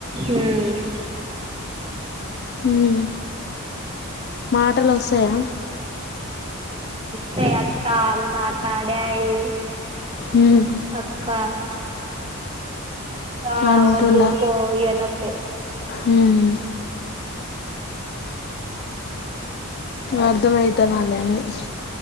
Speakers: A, on the right (about 25°); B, on the left (about 50°).
A: ఉమ్
B: ఉమ్ మాటలు ఒస్తయా
A: తయి అత్త మా తాత డాడీ
B: మ్మ్.
A: అక్కా <inaudible> ఆ
B: అంటుండా
A: వద్దు పో ఇవన్నీ వత్తాయ్
B: మ్మ్. అర్ధం అయితుండాలి అన్నీ అ